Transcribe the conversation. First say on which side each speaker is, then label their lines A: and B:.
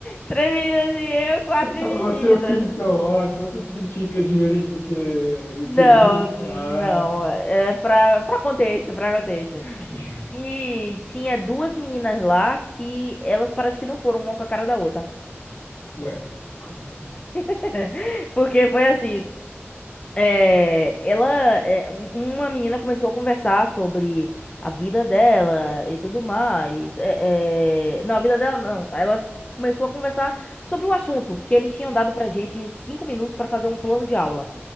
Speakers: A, on the left; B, on the left.
A: três meninas e eu, quatro meninas.
B: Ah, você é o quê então? Ah, então você se identifica diferente do que, do
A: Não,
B: que menino?
A: não.
B: Ah,
A: É pra, pra contexto, pra contexto.
B: <laughs>
A: E tinha duas meninas lá que elas parece que não foram uma com a cara da outra.
B: Ué, como assim?
A: <laughs> Porque foi assim, é, ela, é, um- uma menina começou a conversar sobre a vida dela e tudo mais. é, é, não, a vida dela não. Ela começou a conversar sobre o assunto, porque eles tinham dado pra gente cinco minutos para fazer um plano de aula.